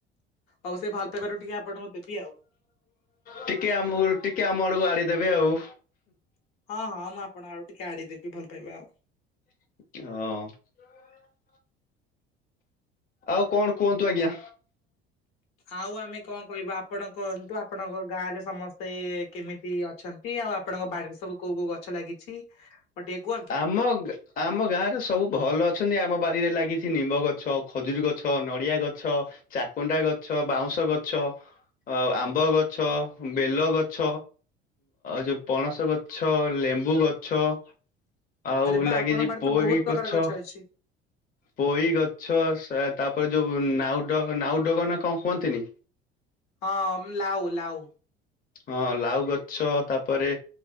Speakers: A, on the left; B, on the left.
A: ହଉ ସେ ଭଲପାଇବାରୁ ଟିକେ ଆପଣଙ୍କୁ ଦେବି ଆଉ।
B: ଟିକେ ଆମକୁ ଟିକେ ଆମ ଆଡକୁ ଆଡେଇ ଦେବେ ଆଉ।
A: ହଁ ହଁ ମୁଁ ଆପଣଙ୍କ ଆଡ଼କୁ ଟିକେ ଆଡ଼େଇ ଦେବି ଭଲ ପାଇବା ଆଉ।
B: ହଁ। ଆଉ କଣ କୁହନ୍ତୁ ଆଜ୍ଞା।
A: ଆଉ ଆମେ କଣ କହିବା ଆପଣ କହନ୍ତୁ ଆପଣଙ୍କ ଗାଁରେ ସ ସମସ୍ତ ସ୍ତେ କେମିତି ଅଛନ୍ତି ଆଉ ଆପଣଙ୍କ ବା ସବୁ କୋଉ କୋଉ ଗଛ ଲାଗିଛି ମତେ ଟିକେ କୁହନ୍ତୁ
B: ଆମ ଆମ ଗାଁରେ ସବୁ ଭଲ ଅଛନ୍ତି ଆମ ବାଡିରେ ଲାଗି ଛି ନିମ୍ବ ଗଛ, ଖଜୁରୀ ଗଛ, ନଡିଆ ଗଛ, ଚାକୁଣ୍ଡା ଗଛ, ବାଉଁଶ ଗଛ, ଆ ଆମ୍ବ ଗଛ, ବେଲ ଗଛ ଯୋଉ ପଣସ ଗଛ ଲେମ୍ବୁ ଗଛ ଆଉ
A: ଆରେ ବା
B: ଲାଗିଛି
A: ଆପଣଙ୍କ ବାଡିରେ
B: ପୋଇ
A: ତ ବହୁତ ପ୍ରକାର
B: ଗଛ
A: ଅଛି।
B: ପୋଇ ଗଛ ତାପରେ ଯୋଉ ନାଉଡ ନାଉଡଙ୍କ ନା କଣ କୁହନ୍ତିନି
A: ହଁ ମ ଲାଉ ଲାଉ
B: ହଁ ଲାଉ ଗଛ ତାପରେ